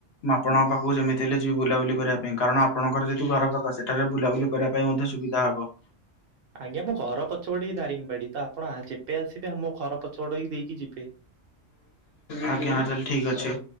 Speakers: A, on the left (about 60°); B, on the right (about 60°).
A: ମୁଁ ଆପଣଙ୍କ ପାଖକୁ ଯେମିତି ହେଲେ ଯିବି ବୁଲାବୁଲି କରିବା ପାଇଁ। କାରଣ ଆପଣଙ୍କର ଯେହେତୁ ଘର ପାଖ, ସେଠାରେ ବୁଲାବୁଲି କରିବା ପାଇଁ ମଧ୍ୟ ସୁବିଧା ହବ।
B: ଆଜ୍ଞା, ମୋ ଘର ପଛପଟେ ଇ ଦାରିଙ୍ଗବାଡି, ତ ଆପଣ ଆ, ଯେବେ ଆସିବେ, ଆମ ଘର ପଛପଟ ହେଇ ଦେଇକି ଯିବେ।
A: ଆଜ୍ଞା ତାହେଲେ ଠିକ ଅଛି।